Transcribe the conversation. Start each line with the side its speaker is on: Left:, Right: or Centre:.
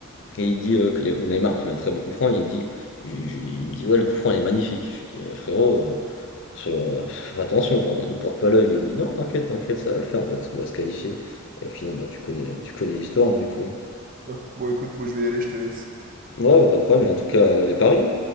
Left: et il dit euh, qu'il y a Neymar qui met un très beau coup franc, et il me dit, il, je- il me dit, ouais, le coup franc il est magnifique. Je dis, Euh, frérot, euh, sur- euh, <laughs> attention, enfin, nous porte pas l'œil. Et il me dit, non, t'inquiète, t'inquiète, ça va le faire, on va, te- on va se qualifier. Et au final, bah, tu connais, tu connais l'histoire, hein, du coup.
Right: ah, bon, écoute, moi je vais y aller, je te laisse.
Left: Ouais, ouais, pas de problème, mais en tout cas, les paris. hein.